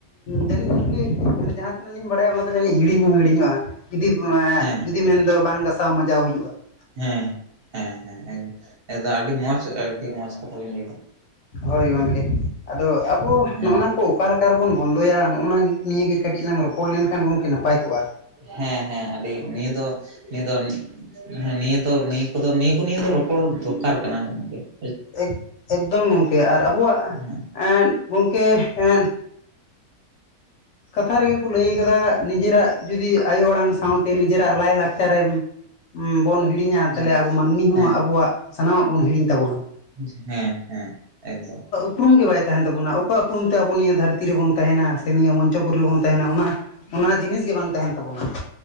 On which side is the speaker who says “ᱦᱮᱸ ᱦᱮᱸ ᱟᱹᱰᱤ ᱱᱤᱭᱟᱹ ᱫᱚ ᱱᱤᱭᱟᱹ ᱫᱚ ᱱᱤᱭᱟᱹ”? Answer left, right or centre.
Right